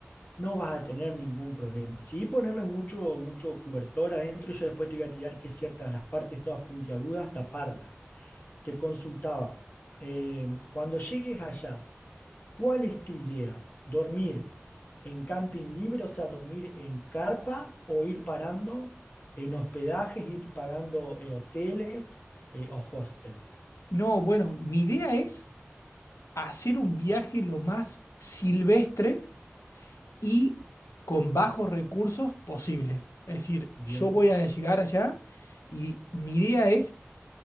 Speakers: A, on the left; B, on the left.
A: no vas a tener ningún problema. Sí, ponerle mucho, mucho cobertor adentro y yo después te voy a tirar que ciertas las partes todas puntiagudas, taparlas. Te consultaba, eh, cuando llegues allá, ¿cuál es tu idea? ¿Dormir en camping libre, o sea, dormir en carpa o ir parando en hospedajes, ir pagando eh, hoteles eh, o hostel?
B: No, bueno, mi idea es hacer un viaje lo más silvestre y con bajos recursos posible. Es decir,
A: Bien.
B: yo voy a llegar allá y mi idea es